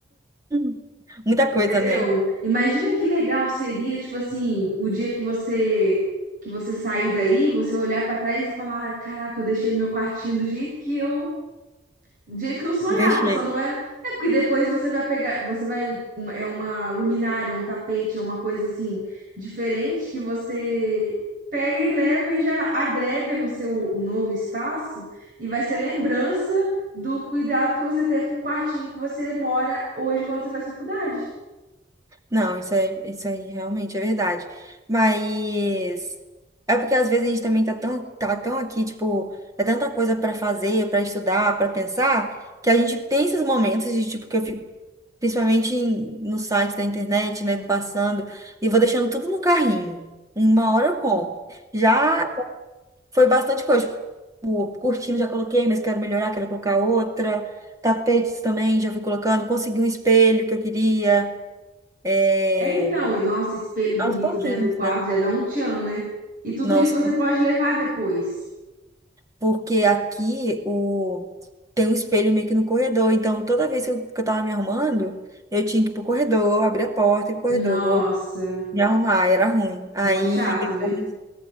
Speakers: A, on the right; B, on the right.
A: Hum, Muita
B: Entendeu?
A: coisa, né?
B: Imagina que legal seria, tipo assim, o dia que você que você sair daí, você olhar pra trás e falar, ah, caraca, eu deixei meu quartinho do jeito que eu do jeito que eu sonhava,
A: Deixei.
B: só não era. É porque depois você vai pegar, você vai, uma- é uma luminária, um tapete, é uma coisa assim diferente que você pega e leva e já agrega no seu novo espaço e vai ser lembrança do cuidado que você teve com o quartinho que você mora hoje quando você faz faculdade.
A: Não, isso é, isso aí realmente é verdade. Mas é porque às vezes a gente também tá tão, tá tão aqui, tipo, é tanta coisa para fazer, para estudar, para pensar, que a gente tem esses momentos de tipo que eu fico principalmente em- no site da internet, né, passando e vou deixando tudo no carrinho. Uma hora eu compro. Já foi bastante coisa, tipo, curtindo já coloquei, mas quero melhorar, quero colocar outra. Tapetes também já fui colocando, consegui um espelho que eu queria, é,
B: É então, e nossa, espelho bonito
A: aos pouquinhos.
B: dentro do quarto
A: né?
B: já dá um tchan, né? E tudo
A: Nossa,
B: isso você pode levar depois.
A: porque aqui o... tem um espelho meio que no corredor, então toda vez que eu, que eu tava me arrumando, eu tinha que ir pro corredor, abrir a porta, e pro corredor,
B: Nossa,
A: me arrumar, era ruim. Aí
B: mó chato,
A: depois
B: né?